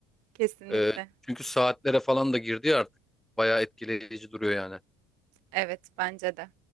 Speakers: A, on the right; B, in the centre.
A: kesinlikle.
B: Ee, çünkü saatlere falan da girdi ya artık. Bayağı etkileyici duruyor yani.
A: Evet, bence de.